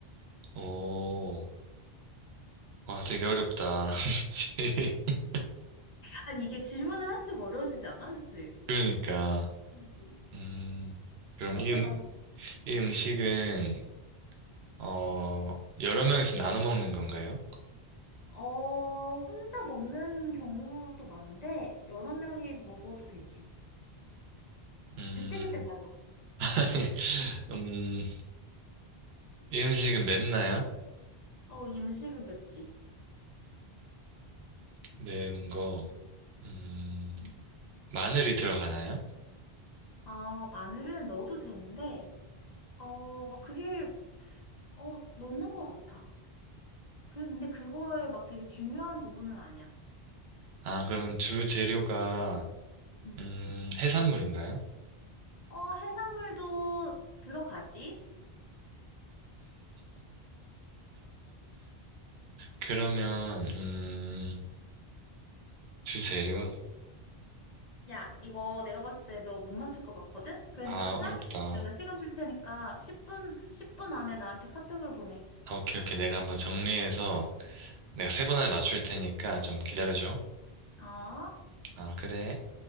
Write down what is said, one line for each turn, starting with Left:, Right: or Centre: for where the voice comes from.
Right: 오, 와, 되게 어렵다. <laughs>
Left: 아니, 이게 질문을 할 수가 어려워지지 않아? 그치?
Right: 그러니까.
Left: 음.
Right: 음, 그럼
Left: 맞춰봐.
Right: 이, 음,
Left: 그럼.
Right: 이 음식은,
Left: 응.
Right: 어, 여러 명이서 나눠 먹는 건가요?
Left: 어, 혼자 먹는 경우도 많은데, 여러 명이 먹어도 되지.
Right: 음,
Left: 그때그때 달라.
Right: <laughs> 음, 이 음식은 맵나요?
Left: 어, 이 음식은 맵지.
Right: 매운 거. 음,
Left: 응.
Right: 마늘이 들어가나요?
Left: 아, 마늘은 넣어도 되는데, 어, 막 그게, 어, 넣는 것 같아. 그- 근데 그거에 막 되게 중요한 부분은 아니야.
Right: 아, 그러면 주 재료가,
Left: 응.
Right: 음, 해산물인가요?
Left: 어, 해산물도 들어가지?
Right: 그러면, 음, 주 재료?
Left: 어려워. 야, 이거 내가 봤을 때 너 못 맞출 것 같거든? 그러니까
Right: 아,
Left: 생각해.
Right: 어렵다.
Left: 내가 시간 줄 테니까 10분, 10분 안에 나한테 카톡으로 보내.
Right: 아, 오케이, 오케이. 내가 한번 정리해서 내가 세 번 안에 맞출 테니까 좀 기다려줘.
Left: 어?
Right: 아, 그래.